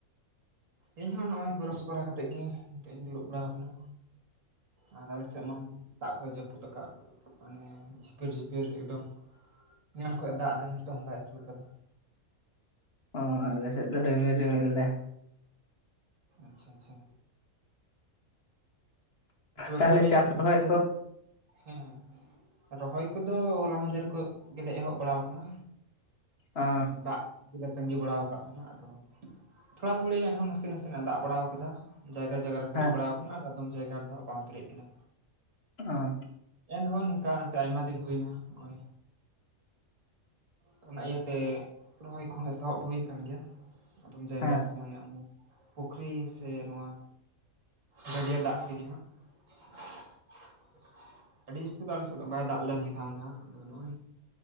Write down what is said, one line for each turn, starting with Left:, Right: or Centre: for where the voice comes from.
Right: ᱤᱧ ᱦᱚ ᱱᱚᱜᱚᱭ ᱵᱮᱨᱟᱥ ᱵᱟᱲᱟ ᱠᱟᱛᱮᱫ ᱜᱮ ᱱᱤᱛᱚᱜ ᱫᱩᱲᱩᱵ ᱵᱟᱲᱟᱣ ᱠᱟᱱᱟ ᱟᱨ ᱟᱞᱮ ᱥᱮᱫ ᱢᱟ ᱥᱮᱛᱟᱜ ᱠᱷᱚᱱ ᱡᱟᱯᱩᱫ ᱟᱠᱟᱫ ᱢᱟᱱᱮ ᱡᱷᱤᱯᱤᱨ ᱡᱷᱤᱯᱤᱨ ᱮᱠᱫᱚᱢ ᱮᱱᱟᱱ ᱠᱷᱚᱱ ᱫᱟᱜ ᱫᱟᱭ ᱱᱤᱛᱚᱜ ᱦᱚ ᱵᱟᱭ ᱟᱹᱥᱩᱨ ᱠᱟᱫᱟ
Left: ᱚ ᱟᱞᱮ ᱥᱮᱫ ᱫᱚ ᱨᱤᱢᱤᱞ ᱨᱤᱢᱤᱞ ᱫᱟᱭ
Right: ᱟᱪᱪᱷᱟ ᱟᱪᱪᱷᱟ ᱛᱚᱵᱮ
Left: ᱛᱟᱦᱚᱞᱮ
Right: ᱠᱟᱢᱤ
Left: ᱪᱟᱥ
Right: ᱠᱟᱥᱢᱤ
Left: ᱨᱚᱦᱚᱭ
Right: ᱠᱚᱫᱚ?
Left: ᱠᱚ
Right: ᱦᱮ ᱦᱮ ᱨᱚᱦᱚᱭ ᱠᱚᱫᱚ ᱦᱚᱞᱟ ᱢᱟᱦᱫᱷᱮᱨ ᱠᱷᱚᱡ ᱜᱮᱞᱮ ᱮᱦᱚᱵ ᱵᱟᱲᱟᱣ ᱠᱟᱱᱟ᱾
Left: ᱚ
Right: ᱢᱟᱱᱮ ᱫᱟᱜ ᱞᱮᱞᱮ ᱛᱟᱹᱜᱤ ᱵᱟᱲᱟ ᱠᱟᱫ ᱛᱟᱦᱮᱱᱟ ᱟᱫᱚ ᱛᱷᱚᱲᱟ ᱛᱷᱲᱤ ᱮᱱᱦᱚᱸ ᱱᱟᱥᱮ ᱱᱟᱥᱮ ᱱᱟᱜ ᱮ ᱫᱟᱜ ᱵᱟᱲᱟᱣ ᱠᱟᱫᱟ᱾ ᱡᱟᱭᱜᱟ ᱡᱟᱭᱜᱟ ᱨᱮ ᱯᱮᱨᱮᱡ
Left: ᱦᱮᱸ
Right: ᱵᱟᱲᱟᱣ ᱠᱟᱱᱟ ᱟᱨ ᱟᱫᱚᱢ ᱡᱟᱭᱜᱟ ᱨᱮᱫᱚ ᱵᱟᱝ ᱯᱮᱨᱮᱡ ᱠᱟᱱᱟ᱾
Left: ᱚ
Right: ᱮᱱᱦᱚ ᱱᱤᱠᱟ ᱮᱱᱛᱮ ᱟᱭᱢᱟ ᱫᱤᱱ ᱦᱩᱭ ᱮᱱᱟ ᱱᱚᱜᱚᱭ ᱛᱚ ᱚᱱᱟ ᱤᱭᱟᱹ ᱛᱮ ᱨᱚᱦᱚᱭ ᱠᱚᱦᱚᱸ ᱮᱛᱚᱦᱚᱵ ᱦᱩᱭ ᱟᱠᱟᱱ ᱜᱮᱭᱟ ᱟᱫᱚᱢ ᱡᱟᱭᱜᱟ
Left: ᱦᱮᱸ
Right: ᱨᱮᱫᱚ ᱢᱟᱱᱮ ᱚᱱᱮ, ᱯᱩᱠᱷᱨᱤ ᱥᱮ ᱱᱚᱣᱟ ᱜᱟᱹᱰᱭᱟᱹ ᱫᱟᱜ ᱛᱮᱜᱮ ᱦᱟᱸᱜ, <unintelligible> ᱟᱹᱰᱤ ᱡᱟᱹᱥᱛᱤ ᱫᱚ ᱟᱞᱮᱥᱮᱫ ᱫᱚ ᱵᱟᱭ ᱫᱟᱜ ᱞᱮᱫᱟ ᱱᱤᱭᱟᱹ ᱫᱷᱟᱝ ᱫᱚ ᱦᱟᱜ ᱟᱫᱚ ᱱᱚᱜᱼᱚᱭ